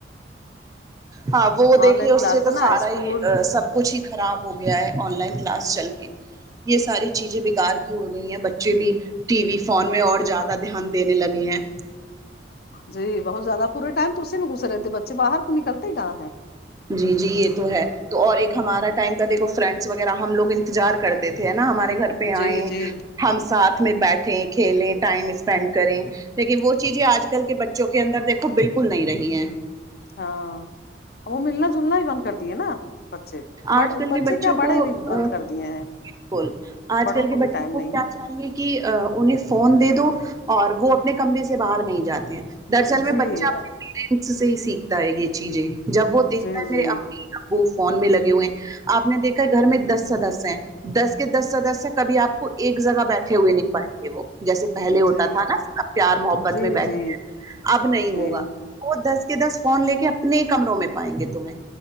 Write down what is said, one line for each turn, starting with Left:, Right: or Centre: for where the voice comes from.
Right: ہاں وہ وہ دیکھیے
Left: آن لائن
Right: اس
Left: کلاس
Right: سے تو
Left: ہے نا
Right: سارا
Left: اسکول
Right: ہی سب کچھ ہی خراب ہو گیا ہے آن لائن کلاس چل کے یہ ساری چیزیں بکار کی ہو گئی ہیں بچے بھی ٹی وی فون میں اور زیادہ دھیان دینے لگے ہیں
Left: جی بہت زیادہ پورے ٹائم تو اسی میں گھسے رہتے بچے باہر کو نکلتے کہاں ہے
Right: جی جی یہ تو ہے تو اور ایک
Left: ہوں
Right: ہمارا ٹائم دیکھو فرینڈس وغیرہ ہم لوگ انتظار کرتے تھے نا ہمارے گھر پے
Left: جی
Right: آیں
Left: جی
Right: ہم ساتھ میں بیٹھیں کھیلیں ٹائم اسپینڈ کریں لیکن وہ چیزیں آج کل کے بچے جوک اندر دیکھو بالکل نہیں رہی ہے
Left: ہاں وہ ملنا جلنا ہی بند کر دیے نا بچے بڑ
Right: آج کل
Left: بچے
Right: کے بچوں
Left: کیا بڑے
Right: کو
Left: بھی بند کر دیے ہیں
Right: بالکل آج
Left: بڑوں
Right: کل کے بچوں
Left: بھی ٹائم
Right: کو
Left: نہیں
Right: کیا
Left: ہے
Right: چاہیے کی انہیں فون دے دو اور وہ اپنے کمرے سے باہر نہیں جاتے ہیں دراصل میں
Left: جی
Right: بچہ اپنے پیرنٹس سے ہی سیکھتا ہے یہ چیزیں جب وہ دیکھتا
Left: جی
Right: ہے
Left: جی
Right: میرے امی وہ فون میں لگے ہوئے ہیں آپ نے دیکھا گھر میں دس سدسے ہیں دس کے دس سدسے کبھی آپ ایک جگہ بیٹھے ہوئے نہیں پڑھتے تھے وہ جیسے پہلے
Left: جی
Right: ہوتا تھا ناسب پیار محبت
Left: جی
Right: میں بیٹھے
Left: جی
Right: ہیں اب نہیں
Left: جی
Right: ہوگا وہ دس کے دس فون لے کے اپنے کمروں میں پائیں گے تمہیں